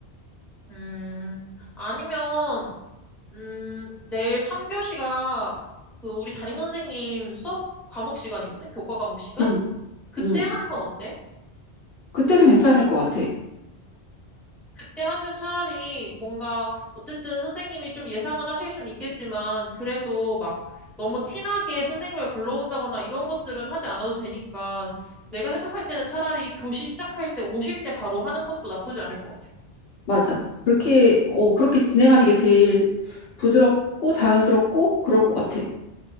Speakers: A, in the centre; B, on the left.
A: 음, 아니면, 음, 내일 3교시가 그 우리 담임선생님 수업 과목 시간이거든? 교과 과목 시간?
B: 응,
A: 그때
B: 응.
A: 하는 건 어때?
B: 그때도 괜찮을 것 같아.
A: 그때 하면 차라리 뭔가 어쨌든 선생님이 좀 예상은 하실 수는 있겠지만 그래도 막 너무 티나게 선생님을 불러온다거나 이런 것들은 하지 않아도 되니까 내가 생각할 때는 차라리 교시 시작할 때 오실 때 바로 하는 것도 나쁘지 않을 것 같아.
B: 맞아. 그렇게 어 그렇게 진행하는 게 제일 부드럽고 자연스럽고 그럴 것 같아.